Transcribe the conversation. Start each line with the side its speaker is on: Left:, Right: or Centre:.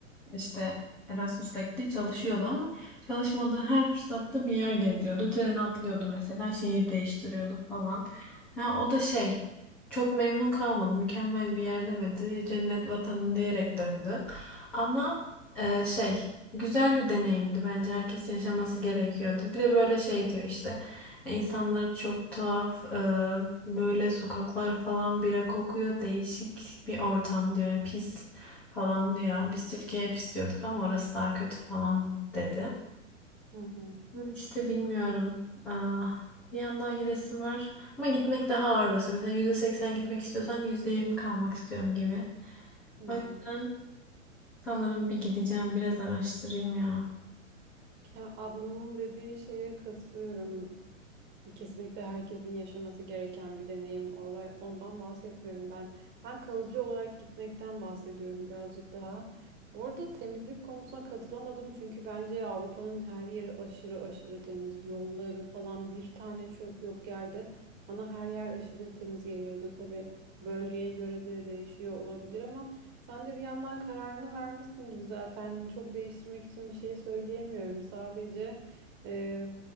Centre: işte Erasmus'la gitti çalışıyordu ama çalışmadığı her fırsatta bir yer geziyordu. Trene atlıyordu mesela şehir değiştiriyordu falan. Ha, o da şey çok memnun kalmadı mükemmel bir yer demedi cennet vatanım diyerek döndü. Ama e, şey güzel bir deneyimdi bence herkesin yaşaması gerekiyordu. Bir de böyle şey diyor işte insanları çok tuhaf e, böyle sokaklar falan bira kokuyor değişik bir ortam diyor yani pis falan diyor. Biz Türkiye hep istiyorduk ama orası daha kötü falan dedi.
Right: Hı hı.
Centre: Ben işte bilmiyorum. Aa, bir yandan gidesim var. Ama gitmek daha ağır basıyor. Mesela %80 gitmek istiyorsam %20 kalmak istiyorum gibi.
Right: Hı.
Centre: O yüzden sanırım bir gideceğim biraz araştırayım ya.
Right: Ya ablamın dediği şeye katılıyorum. Kesinlikle herkesin yaşaması gereken bir deneyim. Orada ondan bahsetmiyorum ben. Ben kalıcı olarak gitmekten bahsediyorum birazcık daha. Bu arada temizlik konusuna katılamadım çünkü bence Avrupa'nın her yeri aşırı aşırı temiz. Yolları falan bir tane çöp yok yerde. Bana her yer aşırı temiz geliyordu. Tabii bölgeye göre de değişiyor olabilir ama sen de bir yandan kararını vermişsin gibi zaten çok değiştirmek için bir şey söyleyemiyorum. Sadece e,